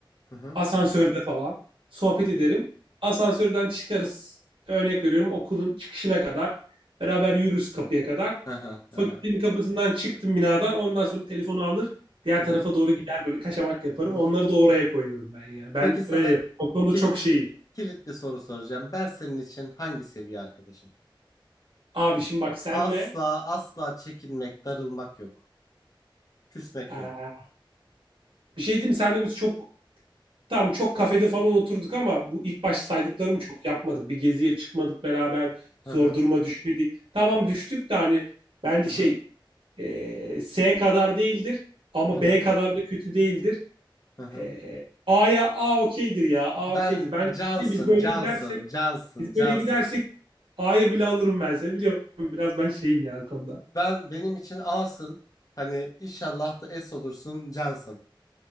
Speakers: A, on the left (about 40°); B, on the right (about 80°).
A: hı hı hı
B: Asansörde falan sohbet
A: hı
B: ederim. Asansörden çıkarız. Örnek veriyorum okulun çıkışına kadar. Beraber yürürüz kapıya kadar.
A: hı hı
B: Fakültenin kapısından çıktım binadan. Ondan sonra telefonu alır. Diğer
A: hı
B: tarafa
A: hı
B: doğru gider böyle kaçamak yaparım.
A: hı hı.
B: Onları da oraya koyuyorum ben ya. Ben
A: Peki sana
B: öyle yapıyorum. O konuda
A: kilit
B: çok şeyim.
A: bir kilit bir soru soracağım. Ben senin için hangi seviye arkadaşım?
B: Abi şimdi bak senle
A: Asla asla çekinmek, darılmak yok. Küsmek
B: eee,
A: yok.
B: bir şey diyeyim mi? Senle biz çok tam çok kafede falan oturduk ama bu ilk başta saydıklarımı çok yapmadık. Bir geziye çıkmadık beraber. Zor
A: Hı hı.
B: duruma düşmedik. Tamam düştük de hani bence
A: Hı
B: şey
A: hı.
B: E, S kadar değildir ama
A: Hı hı.
B: B kadar da kötü değildir.
A: Hı hı.
B: E, A'ya A okeydir ya. A
A: Ben
B: okeydir. Bence
A: Johnson,
B: değil mi? biz böyle
A: Johnson,
B: gidersek
A: Johnson,
B: biz
A: Johnson.
B: böyle gidersek A'ya bile alırım ben seni. Biliyorum biraz ben şeyim ya bu konuda.
A: Ben benim için A'sın. Hani inşallah da S olursun Johnson.